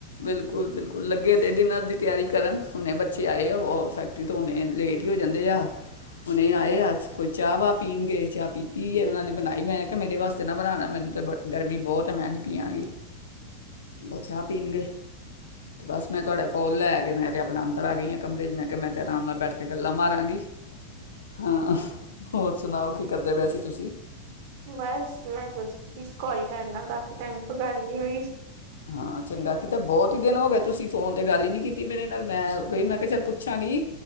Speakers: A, on the left; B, on the right.
A: ਬਿਲਕੁਲ-ਬਿਲਕੁਲ ਲੱਗੇ ਦੇ ਡਿਨਰ ਦੀ ਤਿਆਰੀ ਕਰਨ, ਹੁਣੇ ਬੱਚੇ ਆਏ, ਉਹ ਫੈਕਟਰੀ ਤੋਂ ਹੁਣੇ ਲੇਟ ਹੀ ਹੋ ਜਾਂਦੇ ਆ, ਹੁਣੇ ਆਏ ਆ। ਕੋਈ ਚਾਹ ਵਾਹ ਪੀਣਗੇ, ਚਾਹ ਪੀਤੀ ਹੋਈ ਐ ਉਹਨਾਂ ਨੇ ਬਣਾਈ, ਮੈਂ ਕਿਹਾ ਮੇਰੇ ਵਾਸਤੇ ਨਾ ਬਣਾਣਾ, ਮੈਨੂੰ ਤਾਂ ਬੜ ਗਰਮੀ ਬਹੁਤ ਐ, ਮੈਂ ਨਹੀਂ ਪੀਆਂਗੀ।
B: <unintelligible>
A: ਬਹੁ ਚਾਹ ਪੀਣਗੇ, ਤੇ ਬਸ ਮੈਂ ਤੁਹਾਡੇ ਕੌਲ ਲੈ ਕੇ ਮੈਂ ਤੇ ਆਪਣੇ ਅੰਦਰ ਆਂ ਗਈ ਹਾਂ ਕਮਰੇ ਚ, ਮੈਂ ਕਿਹਾ ਮੈਂ ਤੇ ਆਰਾਮ ਨਾਲ ਬੈਠ ਕੇ ਗੱਲਾਂ ਮਾਰਾਂਗੀ, ਹਾਂ। ਹੋਰ ਸੁਣਾਓ, ਕੀ ਕਰਦੇ ਪਏ ਸੀ ਤੁਸੀਂ।
B: ਬਸ ਮੈਂ ਸੋਚਦੀ ਸੀ ਕੌਲ ਕਰਲਾ, ਕਾਫੀ ਟਾਈਮ ਤੋਂ ਗੱਲ ਨੀ ਹੋਈ।
A: ਹਾਂ ਚੰਗਾ ਕੀਤਾ, ਬਹੁਤ ਹੀ ਦਿਨ ਹੋ ਗਏ ਤੁਸੀਂ ਫ਼ੋਨ ਤੇ ਗੱਲ ਹੀ ਨਹੀਂ ਕੀਤੀ ਮੇਰੇ ਨਾਲ, ਮੈਂ ਕਿਹਾ ਚੱਲ ਪੁੱਛਾਂਗੀ।